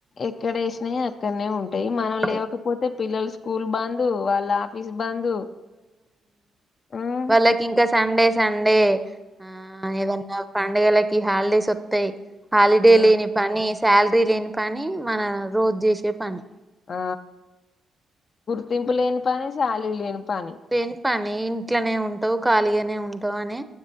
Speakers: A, on the left (about 55°); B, in the centre.
A: ఎక్కడేషినయి అక్కడనే ఉంటాయి మనం
B: ఉంటాయి
A: లేవకపోతే పిల్లలు స్కూల్ బందు వాళ్ళ ఆఫీస్ బంద్ ఉమ్
B: వాళ్ళకింక సండే సండే ఆ ఏదన్నా పండగలకి హాలిడేస్ వత్తయి హాలిడే
A: ఆ
B: లేని పని శాలరీ లేని పని మన రోజూ చేసే పని
A: ఆ దింపు లేని పని సాలరీ లేని పని
B: లేని పని ఇంట్లోనే ఉంటవు ఖాళీగానే ఉంటవు అని